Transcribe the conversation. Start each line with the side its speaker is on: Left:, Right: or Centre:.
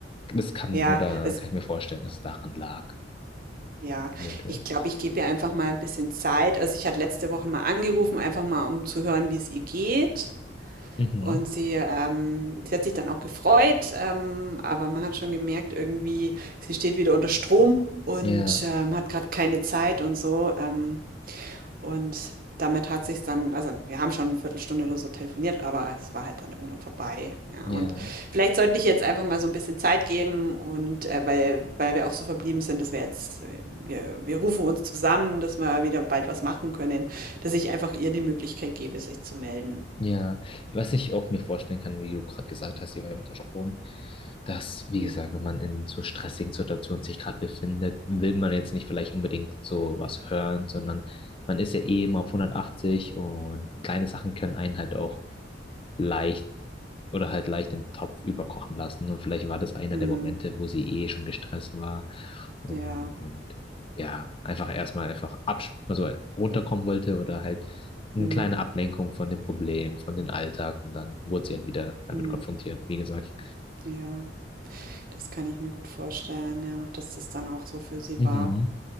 Left: das kann
Right: Ja,
Left: oder
Right: also
Left: kann ich mir vorstellen, dass es daran lag,
Right: ja,
Left: eventuell.
Right: ich glaube, ich gebe ihr einfach mal ein bisschen Zeit. Also, ich hatte letzte Woche mal angerufen, einfach mal, um zu hören, wie es ihr geht.
Left: Mhm.
Right: Und sie, ähm, sie hat sich dann auch gefreut, ähm, aber man hat schon gemerkt, irgendwie, sie steht wieder unter Strom und
Left: Ja,
Right: ähm, hat gerade keine Zeit und so. Ähm, und damit hat sich dann, also wir haben schon eine Viertelstunde oder so telefoniert, aber es war halt dann irgendwann vorbei. Ja,
Left: ja,
Right: und vielleicht sollte ich jetzt einfach mal so ein bisschen Zeit geben und äh, weil, weil wir auch so verblieben sind, dass wir jetzt, äh, wir, wir rufen uns zusammen, dass wir wieder bald was machen können, dass ich einfach ihr die Möglichkeit gebe, sich zu melden.
Left: ja. Was ich auch mir vorstellen kann, wie du gerade gesagt hast, sie war ja unter Strom. dass, wie
Right: Hm.
Left: gesagt, wenn man in so stressigen Situationen sich gerade befindet, will man jetzt nicht vielleicht unbedingt so was hören, sondern man ist ja eh immer auf hundertachtzig und kleine Sachen können einen halt auch leicht oder halt leicht den Topf überkochen lassen. Und vielleicht war das einer
Right: Hm.
Left: der Momente, wo sie eh schon gestresst war und
Right: Ja,
Left: ja, einfach erstmal einfach absch also runterkommen wollte oder halt eine
Right: mhm,
Left: kleine Ablenkung von dem Problem, von dem Alltag und dann wurde sie halt wieder damit
Right: mhm,
Left: konfrontiert, wie gesagt.
Right: ja, das kann ich mir gut vorstellen, ja, dass das dann auch so für sie
Left: Mhm.
Right: war.